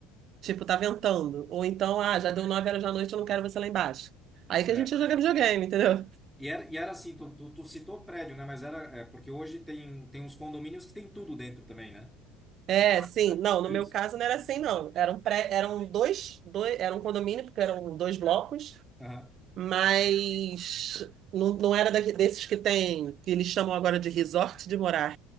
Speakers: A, on the right; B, in the centre.
A: Tipo, tá ventando. Ou então, ah, já deu nove horas da noite, eu não quero você lá embaixo. Aí
B: Certo.
A: que a gente ia jogar videogame, entendeu?
B: E era, e era assim, tu, tu, tu citou prédio, né? Mas era, é, porque hoje tem, tem uns condomínios que tem tudo dentro também, né?
A: É, sim.
B: Tá.
A: Não, no
B: Isso.
A: meu caso não era assim, não. Eram, pré, eram dois, dois, era um condomínio, porque eram dois blocos,
B: Aham.
A: mas não, não era daqui- desses que tem, que eles chamam agora de resort de morar,